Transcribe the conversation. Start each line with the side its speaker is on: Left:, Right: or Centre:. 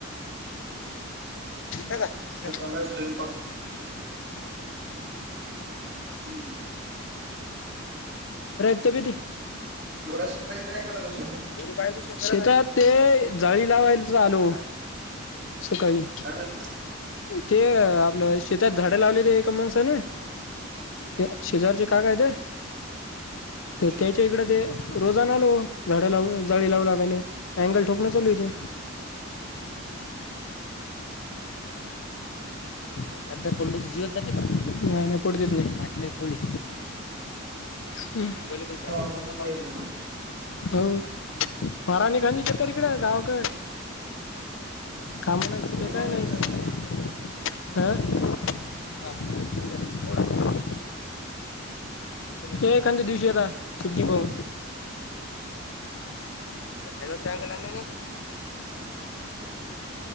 Left: का.
Right: आता चाललाय स्वयंपाक हम्म.
Left: <unintelligible> <unintelligible> तबदी
Right: एवढा सकाळी काय करायला शेतो
Left: शेतात ते जाळी लावायला आलो सकाळी.
Right: <unintelligible>
Left: ते आपलं शेतात झाडं लावलेली आहे एका माणसाने. ते शेजारचे का काय ते
Right: हवा
Left: तर त्याच्या इकड ते. रोजाना आलो झाड लावू जाळी लावू लागायला अँगल ठोकण चालू इथे. <unintelligible> आठात जार पडल जीवत जाते नाही नाही पडतेच नाही पाटले खोली. बोल कोण पाहि
Right: वगैरे
Left: पाहि.
Right: यायला लागली.
Left: हो मारा आणि खानी चक्कर इकडे गावाकड. काम नाहीच देखाय
Right: बोलू ना तुम्ही
Left: नाही अं.
Right: आता.
Left: ह पाहा ह ख ज रसथडा. हेखद्या दिवशी आता सुट्टी पाहून. काढवा टकलाश.